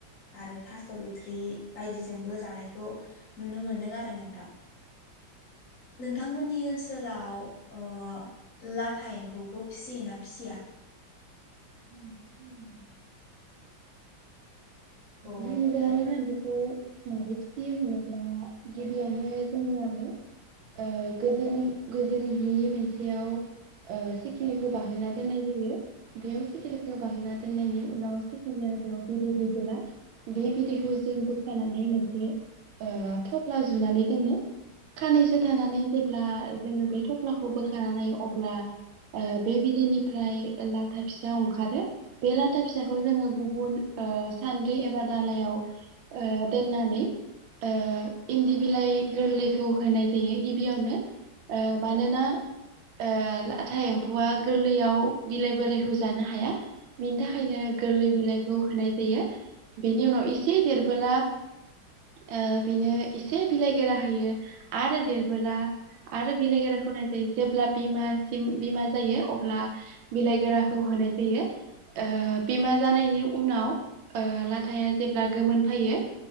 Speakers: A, on the left (about 55°); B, on the right (about 80°).
A: आरो थास' बिथ्रि बायदिजोंबो जानायखौ नुनो मोनदों आरो नोंथां नोंथांमोननि ओनसोल जोलाव ओ लाथा एम्फौखौ फिसियोना फिसिया
B: उम उम <unintelligible>
A: औ
B: जों जाला
A: नोंथां
B: सानथोखौ‌ <inaudible> मारै फिसियो होनोब्ला गिबियावनो जोंनियाबो ओ गोजोन गोजोन जि मोनसेयाव ओ सिखिरिखौ बाहोना दोननाय जायो बेयाव सिखिरिखौ बाहोना दोननायनि उनाव सिखिरिया बेयाव बिदै दैबोला बे बिदैखौ जों बोखानानै मोनसे ओ थफ्ला जुनानै दोनो खाननैसो थानानै जेब्ला जोङो बे थफ्लाखौ बोखानानै नायो अब्ला ओ बे बिदैनिफ्राय लाथा फिसा अंखारो बे लाथा फिसाखौ जोङो गुबुन ओ सान बे एबा दालायाव ओ दोननानै ओ इन्दि बिलाइ गोरलैखौ होनाय जायो गिबियावनो ओ मानोना ओ लाथा एम्फौआ गोरलैयाव बिलाइ बोराइखौ जानो हाया बिनि थाखायनो गोरलै बिलाइखौ होनाय जायो बेनि उनाव एसे देरबोला ओ बिनो एसे बिलाइ गोरा होयो आरो देरबोला आरो बिलाइ गोराखौनो होनाय जायो जेब्ला बिमासिम बिमा जायो अब्ला बिलाइ गोराखौ होनाय जायो ओ बिमा जानायनि उनाव ओ फिथाइआ जेब्ला गोमोन फायो